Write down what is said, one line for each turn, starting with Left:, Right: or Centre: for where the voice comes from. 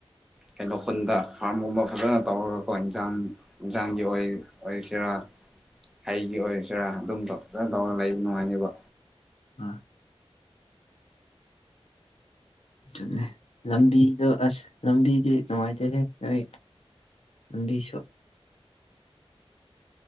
Centre: ꯀꯩꯅꯣ ꯈꯨꯟꯗ ꯐꯥꯔꯝꯒꯨꯝꯕ ꯐꯖꯅ ꯇꯧꯔꯒꯀꯣ ꯏꯟꯖꯥꯡ ꯌꯦꯟꯖꯥꯡꯒꯤ ꯑꯣꯏ ꯆꯔꯥ
Left: <unintelligible>
Centre: ꯑꯩꯒꯤ ꯑꯣꯏꯁꯤꯔꯥ ꯑꯗꯨꯝ ꯐꯖꯅ ꯇꯧꯅ ꯂꯩꯕ ꯅꯨꯡꯉꯥꯏꯅꯦꯕ
Left: ꯑꯥ ꯑꯗꯨ ꯂꯝꯕꯤꯗꯣ ꯑꯁ ꯂꯝꯕꯤꯗꯤ ꯅꯨꯡꯉꯥꯏꯇꯦꯍꯦ ꯅꯣꯏ ꯑꯗꯁꯣ